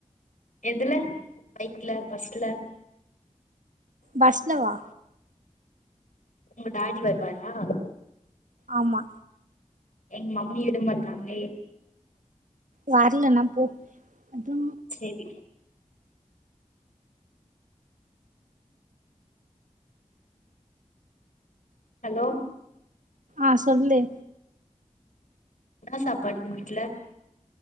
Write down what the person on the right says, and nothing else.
பஸ்ல வா
ஆமா
வரலனா போ அதா
ஆ சொல்லு